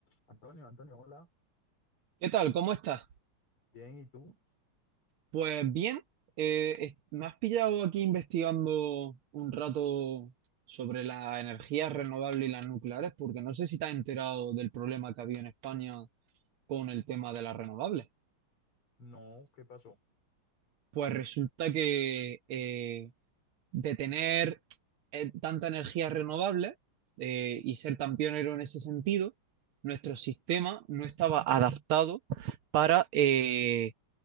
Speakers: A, on the left (about 80°); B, on the right (about 75°).
A: Antonio, Antonio, hola.
B: ¿Qué tal? ¿Cómo estás?
A: Bien, ¿y tú?
B: Pues bien, eh, es- me has pillado aquí investigando un rato sobre las energías renovables y las nucleares, porque no sé si te has enterado del problema que había en España con el tema de las renovables.
A: No, ¿qué pasó?
B: Pues resulta que eh, de tener eh, tanta energía renovable eh, y ser tan pionero en ese sentido, nuestro sistema no estaba adaptado para eh,